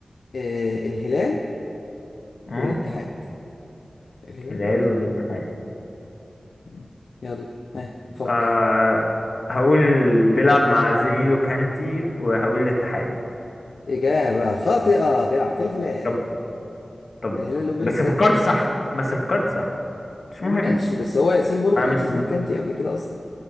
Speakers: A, on the left (about 85°); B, on the left (about 65°).
A: آه الهلال
B: اه
A: والاتحاد الهلال
B: الهلال
A: والاتحاد
B: والاتحاد
A: مم. يلا ها فكر
B: آه هقول بيلعب مع زميله كانتي وهقول الاتحاد
A: اجابه خاطئه بيلعب في الهلال
B: طب طب
A: الهلال اللي هو بيلبس
B: بس فكرت
A: ازرق
B: صح بس فكرت صح مش
A: ماشي
B: مهم
A: بس هو ياسين بونو ما
B: انا
A: كانش
B: مش
A: زميل
B: م...
A: كانتي قبل كده اصلا